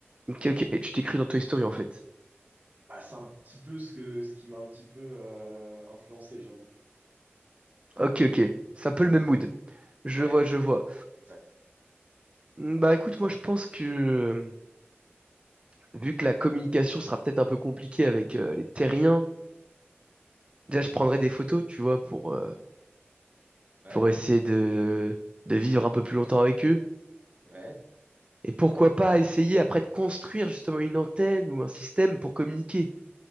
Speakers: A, on the right; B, on the right.
A: Ok,
B: Euh,
A: ok, tu t'es cru dans Toy Story en fait.
B: bah, c'est un petit peu ce que, ce qui m'a un petit peu euh, influencé, j'avoue.
A: Ok, ok. C'est un peu
B: Voilà.
A: le même mood. Je
B: Ouais,
A: vois, je vois.
B: exact.
A: Mm, Bah écoute, moi je pense que euh, vu que la communication sera peut-être un peu compliquée avec euh, les terriens, déjà je prendrai des photos, tu vois, pour, euh,
B: Ouais,
A: pour essayer de, de vivre un peu plus longtemps avec eux.
B: ouais.
A: Et pourquoi pas essayer après de construire justement une antenne ou un système pour communiquer.